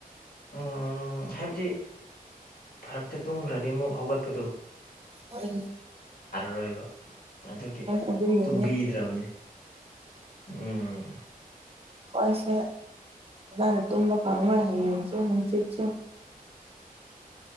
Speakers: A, on the left; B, on the right.
A: ꯎ ꯍꯥꯏꯕꯗꯤ ꯐꯔꯛꯇ ꯇꯨꯝꯈ꯭ꯔꯗꯤ ꯑꯃꯨꯛ ꯍꯧꯒꯠꯄꯗꯨ
B: ꯍꯔ
A: ꯔꯣꯏꯕ ꯑꯗꯨꯒꯤ
B: ꯑꯗꯨꯒꯤꯅꯦ
A: ꯇꯨꯝꯕꯤꯗ꯭ꯔꯕꯅꯦ ꯎꯝ
B: ꯑꯩꯣꯏꯁꯦ ꯑꯗꯨꯥꯏꯅ ꯇꯨꯝꯕ ꯈꯪꯉꯣꯏ ꯍꯌꯦ ꯌꯦꯡꯁꯨ ꯍꯅꯨꯡꯆꯤꯠꯁꯨ